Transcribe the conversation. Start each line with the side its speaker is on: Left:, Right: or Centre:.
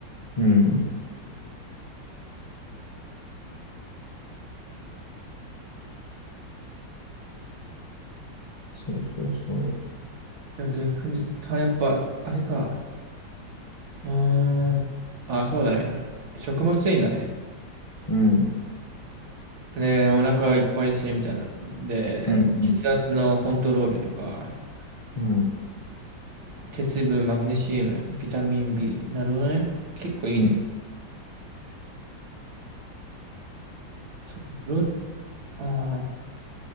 Left: うん、そうそうそ
Right: や逆に、たやっぱ、あれか。うーん。あ、そうだね。食物繊維だね。
Left: う。うん。
Right: で、お腹いっぱいにするみたいな。で、
Left: うん
Right: 血圧のコントロールとか、
Left: うん。うん。
Right: 鉄分、マグネシウム、ビタミン B。なるほどね。結構いいね。
Left: うん
Right: ちょっとプロ、あー